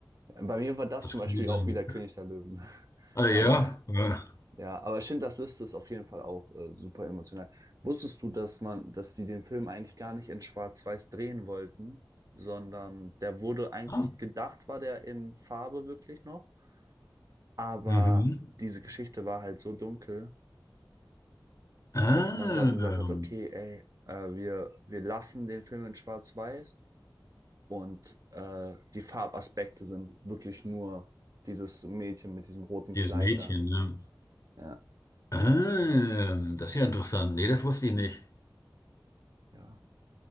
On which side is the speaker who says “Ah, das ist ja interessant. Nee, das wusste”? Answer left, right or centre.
Left